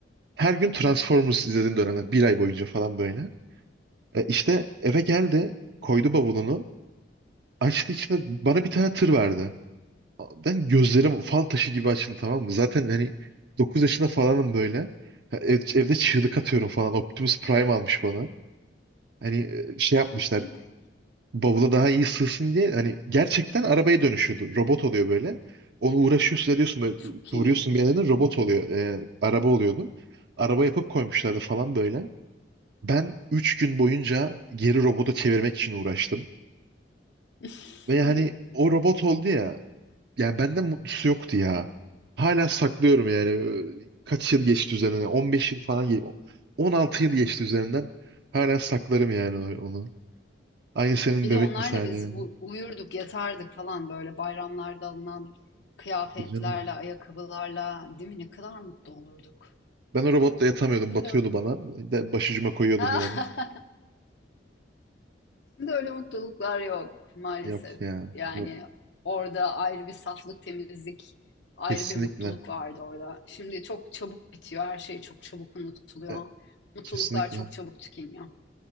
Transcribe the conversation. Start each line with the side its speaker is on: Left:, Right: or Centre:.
Right: Her gün Transformers izlediğim dönemler bir ay boyunca falan böyle. E, İşte eve geldi koydu bavulunu açtı içine bana bir tane tır verdi. Ben gözlerim fal taşı gibi açıldı tamam mı? Zaten hani 9 yaşında falanım böyle. Ha, ev- Evde çığlık atıyorum falan. Optimus Prime almış bana. Hani e, şey yapmışlar.
Left: <laughs>
Right: bavula daha iyi sığsın diye hani gerçekten arabaya dönüşüyordu. Robot oluyor böyle. Onu uğraşıyorsun ediyorsun böyle
Left: Çok
Right: kıvırıyorsun
Left: iyi.
Right: bir yerlerine robot oluyor. e, araba oluyordu. Araba yapıp koymuşlardı falan böyle. Ben 3 gün boyunca geri robota çevirmek için uğraştım.
Left: <laughs>
Right: Ve hani o robot oldu ya. Yani benden mutlusu yoktu ya. Hala saklıyorum yani. e, Kaç yıl geçti üzerinden? on beş yıl falan. ge- on altı yıl geçti üzerinden. Hala saklarım yani o- onu. Aynı senin
Left: Bir
Right: bebek
Left: de onlarla
Right: misali
Left: biz
Right: yani.
Left: u- uyurduk, yatardık falan böyle bayramlarda alınan kıyafetlerle,
Right: Tabii Canım.
Left: ayakkabılarla, değil mi? Ne kadar mutlu olurduk.
Right: Ben o robotla yatamıyordum.
Left: Şimdi
Right: Batıyordu
Left: öyle
Right: bana.
Left: değil mi?
Right: De başucuma koyuyordum
Left: <laughs>
Right: yani.
Left: Şimdi öyle mutluluklar yok maalesef.
Right: Yok ya.
Left: Yani
Right: Yok.
Left: orada ayrı bir saflık, temizlik, ayrı
Right: Kesinlikle.
Left: bir mutluluk vardı orada. Şimdi çok çabuk bitiyor, her şey çok çabuk unutuluyor.
Right: E,
Left: Mutluluklar
Right: kesinlikle.
Left: çok çabuk tükeniyor.